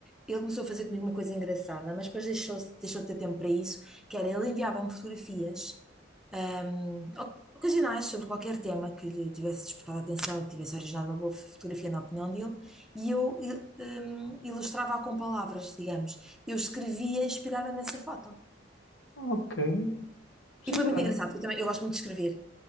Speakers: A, in the centre; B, on the left.
A: Ele começou a fazer comigo uma coisa engraçada, mas depois deixou, deixou de ter tempo para isso, que era ele enviava-me fotografias, ahm, oc- ocasionais sobre qualquer tema que lhe tivesse despertado a atenção e que tivesse originado uma boa fotografia na opinião dele, e eu il- ahm, ilustrava-a com palavras, digamos. Eu escrevia inspirada nessa foto.
B: Ok. Sim,
A: E foi muito
B: ah,
A: engraçado, porque eu também eu gosto muito de escrever.